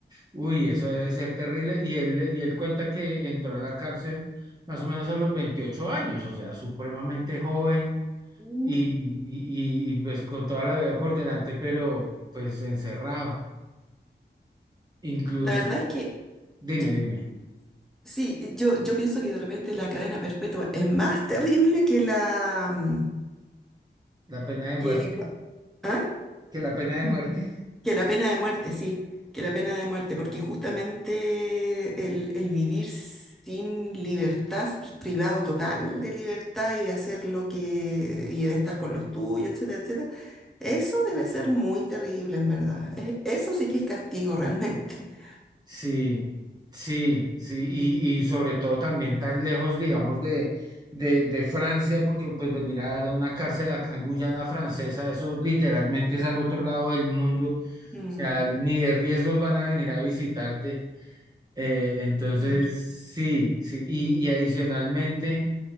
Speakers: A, on the right; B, in the centre.
A: Uy, eso debe ser terrible. Y él, y él cuenta que entró a la cárcel más o menos a los 28 años, o sea, supremamente joven
B: Mm.
A: y, y, y, y, pues con toda la vida por delante, pero pues encerrado. Incluso,
B: La verdad es que
A: dime,
B: Yo-
A: dime,
B: sí, yo, yo pienso que de repente la cadena perpetua es más terrible que la mm,
A: la pena de muerte,
B: que, cua- ¿ah?
A: que la pena de muerte.
B: que la pena de muerte, sí, que la pena de muerte, porque justamente el, el vivir sin libertad, privado total de libertad y de hacer lo que, y de estar con los tuyos, etcétera, etcétera, eso debe ser muy terrible, en verdad. Es- eso sí que es castigo realmente. <laughs>
A: Sí, sí, sí, y, y sobre todo también tan lejos, digamos, de, de, de Francia, porque pues venir a dar a una cárcel acá en Guyana Francesa, eso literalmente es al otro lado del mundo, o
B: Mm,
A: sea, ni de riesgos van a venir a visitarte. Eh, entonces,
B: claro,
A: sí, sí, y, y adicionalmente,